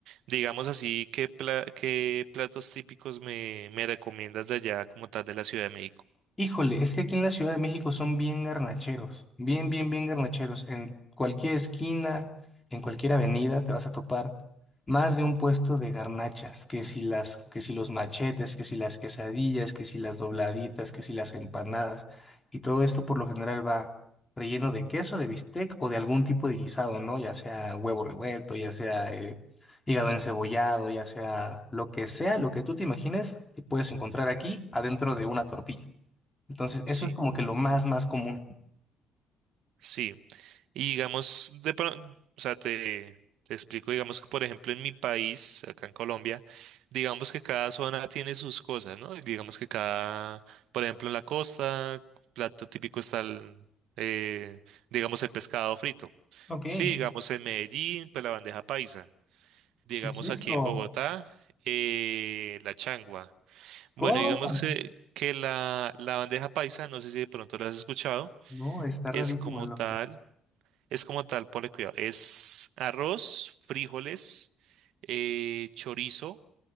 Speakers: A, on the right; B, on the left.
A: Digamos así, ¿qué, pla- qué platos típicos me, me recomiendas de allá como tal de la Ciudad de México?
B: Híjole, es que aquí en la Ciudad de México son bien garnacheros, bien, bien, bien garnacheros. En cualquier esquina, en cualquier avenida te vas a topar más de un puesto de garnachas, que si las, que si los machetes, que si las quesadillas, que si las dobladitas, que si las empanadas. Y todo esto por lo general va relleno de queso, de bistec o de algún tipo de guisado, ¿no? Ya sea huevo revuelto, ya sea eh, hígado encebollado, ya sea lo que sea, lo que tú te imagines, te puedes encontrar aquí adentro de una tortilla. Entonces, eso
A: Sí.
B: es como que lo más, más común.
A: Sí. Y digamos, de, pro- o sea, te, te explico, digamos que por ejemplo en mi país, acá en Colombia, digamos que cada zona tiene sus cosas, ¿no? Digamos que cada, por ejemplo en la costa, plato típico está el, eh, digamos el pescado frito.
B: Ok, ¿qué
A: Sí, digamos en Medellín, pues la bandeja paisa. Digamos
B: es eso?
A: aquí en Bogotá, eh, la changua. Bueno,
B: ¿Cómo?
A: digamos que, que la, la bandeja paisa, no sé si de pronto la has escuchado,
B: No, está
A: es
B: rarísimo
A: como
B: el nombre.
A: tal. Es como tal, ponle cuidado. Es arroz, frijoles, eh, chorizo,